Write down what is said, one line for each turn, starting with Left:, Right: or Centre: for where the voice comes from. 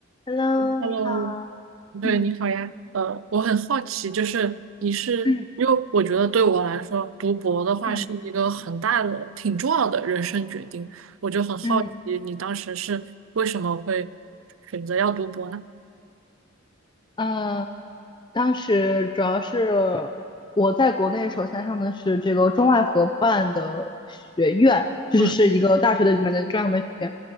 Left: Hello，
Right: Hello，
Left: 你好。
Right: 对，
Left: 嗯
Right: 你好呀。呃，我很好奇，就是你是，
Left: 嗯
Right: 因为我觉得对我来说，读博的话是一个很大的、
Left: 嗯
Right: 挺重要的人生决定，我就很好奇你当时是为什么会
Left: 嗯，
Right: 选择要读博呢？
Left: 呃，当时主要是我在国内首先上的是这个中外合办的学院，就是是一个大学的里面的中外合办学院。
Right: 嗯